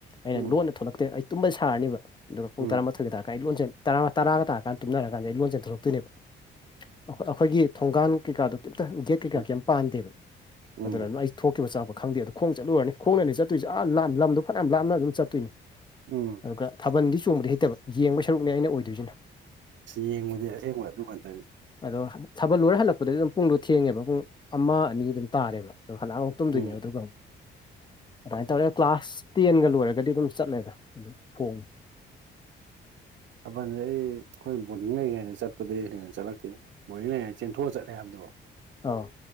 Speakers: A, on the left; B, on the right.
A: ꯑꯩꯅ
B: ꯎꯝ
A: ꯂꯣꯟꯅ ꯊꯣꯛꯂꯛꯇꯦ ꯑꯩ ꯇꯨꯝꯕ ꯁꯥꯔꯅꯤꯕ ꯑꯗꯨꯒ ꯄꯨꯡ
B: ꯎꯝ
A: ꯇꯔꯥꯃꯥꯊꯣꯏꯒ ꯇꯥꯔꯀꯥꯟꯗ ꯑꯩ ꯂꯣꯟ ꯆꯦꯟ ꯇꯔꯥ ꯇꯔꯥꯒ ꯇꯥꯔꯀꯥꯟꯗ ꯇꯨꯝꯅꯔꯀꯥꯟꯗ ꯑꯩ ꯂꯣꯟ ꯆꯦꯟꯊꯣꯔꯛꯇꯨꯏꯅꯦꯕꯑꯩꯈꯣꯏ ꯑꯩꯈꯣꯏꯒꯤ ꯊꯣꯡꯒꯥꯟ ꯀꯩꯀꯥꯗꯣ ꯀꯩꯝꯇ ꯒꯦꯠ ꯀꯩꯀꯥ
B: ꯎꯝ
A: ꯀꯩꯝ ꯄꯥꯟꯗꯦꯕ
B: ꯎꯝ
A: ꯑꯗꯨꯅ ꯑꯗꯨꯝ ꯑꯩ ꯊꯣꯛꯈꯤꯕ ꯆꯪꯉꯛꯄ ꯈꯪꯗꯦ ꯑꯗꯣ ꯈꯣꯡ ꯆꯠꯂꯨꯔꯅꯤ ꯈꯣꯡꯅꯅꯤ ꯆꯠꯇꯣꯏꯁꯦ ꯑ ꯂꯥꯞꯅ ꯂꯝꯗꯣ ꯐꯅꯌꯥꯝ ꯂꯥꯞꯅ ꯑꯗꯨꯝ ꯆꯠꯇꯨꯏꯅꯤ
B: ꯎꯝ
A: ꯑꯗꯨꯒ ꯊꯥꯕꯜꯗꯤ ꯆꯣꯡꯕꯗꯤ ꯍꯩꯇꯕ ꯌꯦꯡꯕꯩ ꯁꯔꯨꯛꯅꯦ ꯑꯩꯅ ꯑꯣꯏꯗꯨꯏꯖꯤꯅ
B: ꯌꯦꯡꯕꯗꯤ ꯑꯁꯦꯡꯕ ꯑꯗꯨ ꯉꯥꯛꯇꯅꯤ
A: ꯑꯗꯣ ꯊꯥꯕꯜ ꯂꯣꯏꯔ ꯍꯜꯂꯛꯄꯗꯗꯤ ꯑꯗꯨꯝ ꯄꯨꯡꯗꯣ ꯊꯦꯡꯉꯦꯕ ꯄꯨꯡ ꯑꯃ ꯑꯅꯤ ꯑꯗꯨꯝ ꯇꯥꯔꯦꯕ ꯑꯗꯣ ꯍꯜꯂꯛꯑ ꯑꯃꯨꯛ ꯇꯨꯝꯗꯣꯏꯅꯦꯕ
B: ꯎꯝ
A: ꯑꯗꯨꯒ ꯑꯃꯨꯛ ꯑꯗꯨꯃꯥꯏ ꯇꯧꯔꯦ ꯀ꯭ꯂꯥꯁ ꯇꯦꯟꯒ ꯂꯣꯏꯔꯒꯗꯤ ꯑꯗꯨꯝ ꯆꯠꯂꯦꯗ ꯐꯣꯡꯅ <inaudible>
B: ꯊꯥꯕꯜꯖꯦ ꯑꯩ ꯈꯣꯏ ꯕꯣꯔꯗꯤꯡ ꯂꯩꯔꯤꯉꯩꯗ ꯆꯠꯄꯗꯤ ꯍꯦꯟꯅ ꯆꯠꯂꯛꯇꯦꯕ ꯕꯣꯔꯗꯤꯡ ꯂꯩꯔꯤꯉꯩꯗ ꯆꯦꯟꯊꯣꯛꯑ ꯆꯠꯂꯦ ꯍꯥꯏꯕꯗꯣ
A: ꯑꯥꯎ